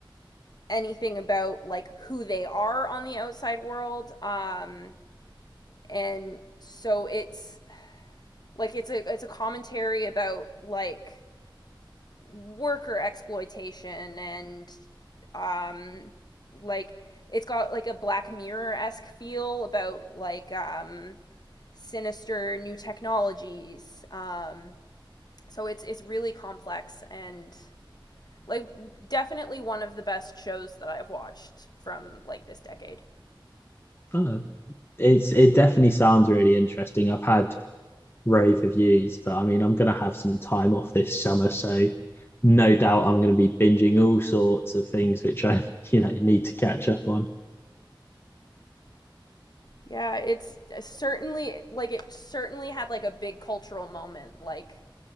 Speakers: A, on the left; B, on the left.
A: anything about like who they are on the outside world um and so it's like it's a it's a commentary about like worker exploitation and um like it's got like a black mirror-esque feel about like um sinister new technologies um so it's it's really complex and like definitely one of the best shows that I've watched from like this decade.
B: Oh, it's it definitely sounds really interesting. I've had rave reviews, but I mean, I'm going to have some time off this summer, so no doubt I'm going to be binging all sorts of things which I, <laughs> you know, need to catch up on.
A: Yeah, it's certainly like it certainly had like a big cultural moment, like